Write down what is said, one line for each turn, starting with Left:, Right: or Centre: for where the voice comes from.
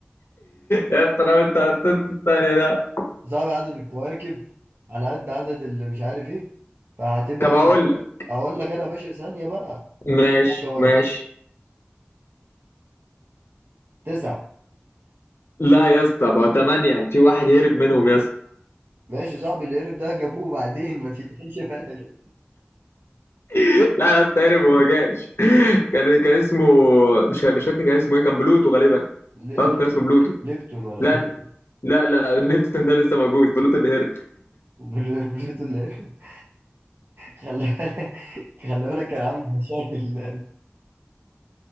Left: يا اسطى انا انت حطيت الثانية ده
Right: صعب عدد الكواكب على قد عدد اللي مش عارف ايه فهتبقى
Left: طب اقول لك
Right: اقول لك انا يا باشا ثانية بقى
Left: ماشي
Right: كواكب
Left: ماشي
Right: تسعة
Left: لا يا اسطى بقى ثمانية في واحد هرب منهم يا اسطى
Right: ماشي صعب القرب ده جابوه بعدين ما تشغلش بالك
Left: <laughs> لا يا اسطى هرب وما جاش <laughs> كان كان اسمه مش مش فاكر كان اسمه ايه كان بلوتو غالبا
Right: <laughs> ل-
Left: اه
Right: نبتون
Left: كان اسمه بلوتو
Right: ليبتون ولا
Left: لا
Right: ليبتون
Left: لا لا نيبتون ده لسه موجود بلوتو اللي هرب
Right: بل- بليتون اللي <laughs> خلي بالك خلي بالك كان عامل مشاكل